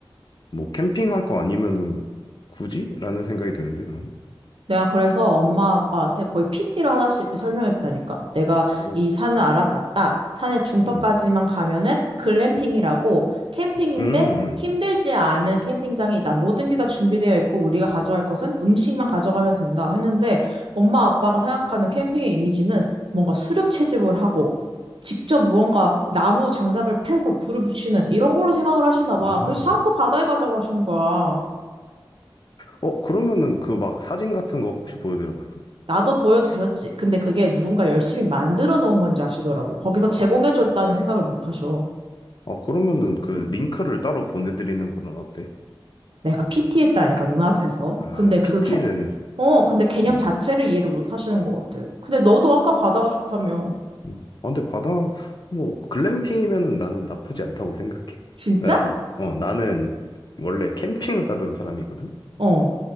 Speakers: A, on the left (about 55°); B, on the right (about 75°).
A: 뭐 캠핑할 거 아니면은 굳이? 라는 생각이 드는데, 나는.
B: 내가 그래서 엄마 아빠한테 거의 PT를 하다시피 설명했다니까. 내가
A: 어,
B: 이 산을 알아봤다. 산의 중턱까지만
A: 음,
B: 가면은 글램핑이라고 캠핑인데
A: 음, 음. 음.
B: 힘들지 않은 캠핑장이 있다. 모든 게 다 준비되어 있고 우리가 가져갈 것은 음식만 가져가면 된다. 했는데 엄마 아빠가 생각하는 캠핑의 이미지는 뭔가 수렵 채집을 하고 직접 무언가 나무 장작을 패서 불을 붙이는 이런 걸로 생각을 하시나 봐.
A: 아,
B: 그래서 자꾸 바다에 가자고 하시는 거야.
A: 어, 그러면은 그 막 사진 같은 거 혹시 보여드려 봤어?
B: 나도 보여드렸지. 근데 그게 누군가 열심히 만들어 놓은 건지 아시더라고. 거기서 제공해줬다는
A: 아,
B: 생각을 못 하셔.
A: 어, 그러면은 그 링크를 따로 보내드리는 거는 어때?
B: 내가 PT했다니까, 눈앞에서.
A: 아,
B: 근데 그,
A: PT를,
B: 캐... 어, 근데 개념
A: 음,
B: 자체를 이해를 못 하시는 것 같아. 근데 너도 아까 바다가 좋다며.
A: 음. 아, 근데 바다, 뭐, 글램핑이면은 나는 나쁘지 않다고 생각해.
B: 진짜?
A: 나, 어, 나는 원래 캠핑을 하던 사람이거든?
B: 어,